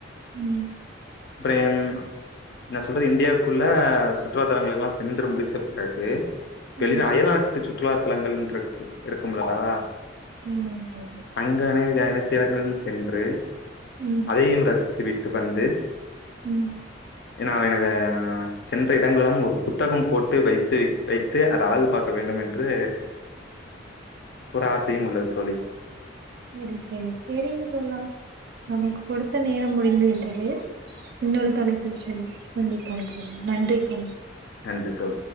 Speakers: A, on the right; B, on the left.
A: ம்,
B: பிரேம் நா சொல்றே இந்தியாவுக்குள்ளே சுற்றுா தலங்களுக்ல்லா சென்று முடித்த பிறகு வெளி
A: ம்.
B: நா அயல் நாட் ட்டு சுற்றுலா தலங்கள்ன்னுடுருக்கு இருக்கு <unintelligible>
A: ஆமாங்க தோழா.
B: அங்கேனே <unintelligible> எனக் திலங்கடன் சென்று
A: ம்,
B: அதையும் ரசித்து விட்டு வந்து
A: உம்
B: நா எனக்கு சென்ற இடங்களெல்லாம் ஒரு புத்தகம் போட்டு வைத்து வைத்து அத அழகு பார்க்க வேண்டும் என்று ஒரு ஆசையும் உள்ளது தோழி
A: செரி செரி செரிங் தோழா நமக்கு கொடுத்த நேரம் முடிந்து விட்டது இன்னொரு தளத்தில் சந் சந்திப்போதோழா நன்றி தோழா
B: நன்றி தோழி